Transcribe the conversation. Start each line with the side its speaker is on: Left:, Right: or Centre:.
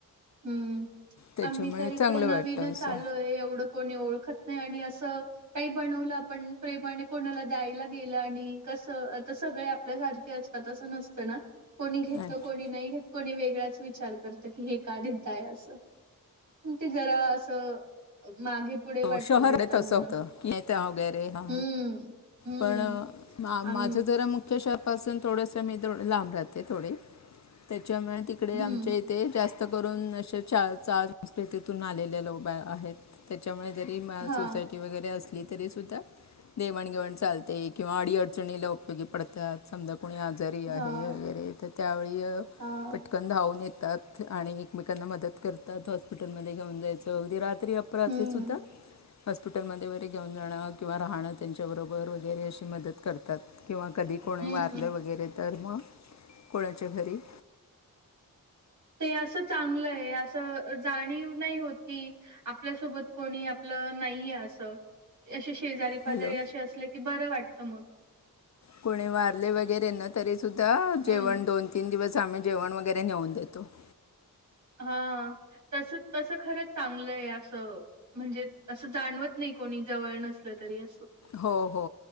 Right: हम्म.
Left: त्याच्यामुळे
Right: आम्ही तर
Left: चांगलं
Right: इकडे नवीनच
Left: वाटतं असं
Right: आलोय. एवढं कोणी ओळखत नाही. आणि असं काही बनवलं आपण प्रेमाने कोणाला द्यायला गेलं आणि कसं आता सगळे आपल्यासार खे असतात असं नसतं ना? कोणी घेतंल
Left: अच्छा.
Right: कोणी नाही घेत. कोणी वेगळाच विचार करतात कि हे का देताय असं, ते जरा असं मागे पुढे वाटतं
Left: हो शहर
Right: देताना
Left: हाय तसं होतं की <unintelligible> वगैरे ह
Right: हम्म. हम्म
Left: पण हा माझं
Right: आम
Left: जरा मुख्य श पासून थोडस मी थोडी लांब राहते थोडी. त्याच्यामुळे तिकडे
Right: हम्म
Left: आमच्या इथे जास् त करून अशे चार चाळ संस्कृतीतून आलेले लोक आहेत त्याच्यामुळे तरी मला
Right: हा
Left: सोसायटी वगैरे अस तरी सुद्धा देवाणघेवाण चालतंय. किंवा अडी अडचणीला उपयोगी पडतात. समजा कोणी आजारी
Right: हा
Left: आहे वगैरे तर त्यावेळी अ
Right: हा
Left: पटकन धावून येत तात. आणि एकमेकांना मदत करतात. हॉस्पिटलमध्ये घेऊन जायचं अगदी रात्री अपरात्री
Right: हम्म
Left: सुद्धा हॉस्पिटलमध्ये वगैरे घेऊन जाणं किंवा राहणं त्यांच्याबरोबर वगैरे अशी मदत करता त किंवा कधी कोणी
Right: हम्म.
Left: वारलं वगैरे तर मग कोणाच्या घरी? <inaudible>
Right: ते असं चांगलंय अस जाणीव नाही होत की आपल्यासोबत कोणी आपलं नाही ना. की अस. अशे शेजारी-पाजारी
Left: हॅलो
Right: असे असले की बर वाटत मग.
Left: कुणी मारले वगैरे ना तरी सुद्धा
Right: हम्म.
Left: जेवण दोन, तीन दिवस चं आम्ही जेवण वगैरे नेऊन देतो. <inaudible>
Right: हा तस तस खरं चांगलंय अस म्हणजे असं जाणवत नाही. कोणी जवळ नसल तरी अस
Left: हो हो